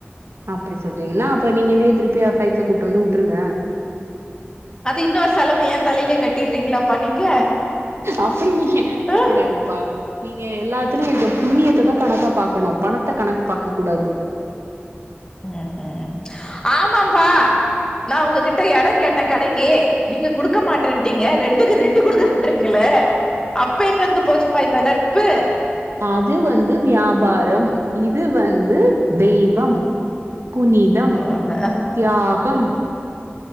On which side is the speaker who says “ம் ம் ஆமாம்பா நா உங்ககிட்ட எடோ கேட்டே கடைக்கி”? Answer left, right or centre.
Left